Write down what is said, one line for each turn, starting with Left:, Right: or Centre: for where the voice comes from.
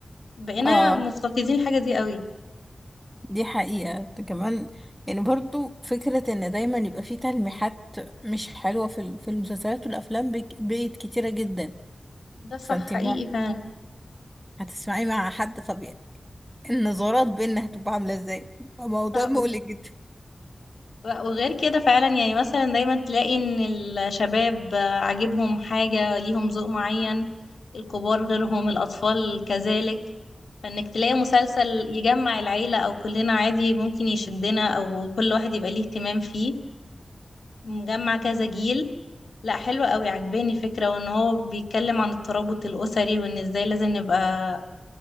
Left: بقينا
Centre: اه
Left: مفتقدين الحاجة دي قوي
Centre: دي حقيقة ده كمان يعني برضو فكرة ان دايما يبقى في تلميحات مش حلوة في ال- في المسلسلات والافلام بك- بقت كتيرة جدا
Left: ده صح
Centre: فانت
Left: حقيقي
Centre: اللي هو
Left: فعلا
Centre: هتسمعي مع حد طبيعي النظرات بينا هتبقى عاملة ازاي بقى موضوع
Left: صح
Centre: مقلق جدا
Left: وغير كده فعلا يعني مثلا دايما تلاقي ان الشباب آه، عاجبهم حاجة ليهم ذوق معين الكبار غيرهم الأطفال كذلك فإنك تلاقي مسلسل يجمع العيلة أو كلنا عادي ممكن يشدنا أو كل واحد يبقى ليه اهتمام فيه مجمع كذا جيل لا حلو قوي عجباني فكرة وإن هو بيتكلم عن الترابط الأسري وإن إزاي لازم نبقى